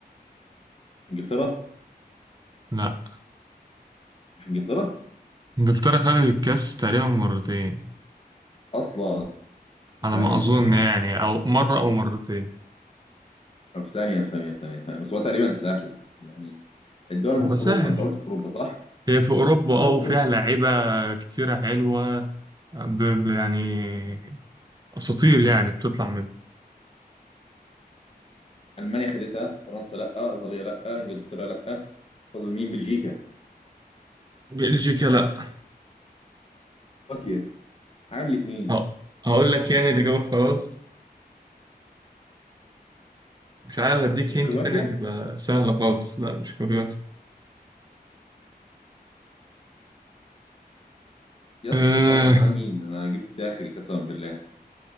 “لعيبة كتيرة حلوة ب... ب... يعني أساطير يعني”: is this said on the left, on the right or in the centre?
Right